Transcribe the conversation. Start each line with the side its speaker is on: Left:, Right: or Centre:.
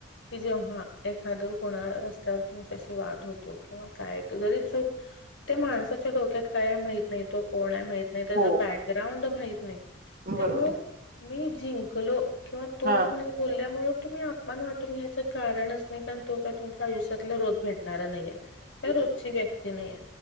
Left: कि जेव्हा एखाद कोणा रस्त्यावर तुमच्याशी वाद होतो किंवा काय जरी चूक. त्या माणसाच्या डोक्यात काय आहे माहित नाही तो कोण आहे माहित. नाही त्याच
Right: हो.
Left: बॅकग्राउंड माहत नाही
Right: बरोबर.
Left: त्यामु मी जिंकलो. किंवा तो
Right: हां.
Left: तुम्हाला बोलल्यामुळे. तुम्ही अपमान वाटून घ्यायं कारणच नाही कारण तो कायुमच्या आयुष्यातला रोज भेटत. णार नाहीये रोजची व्यक्ती नाहीये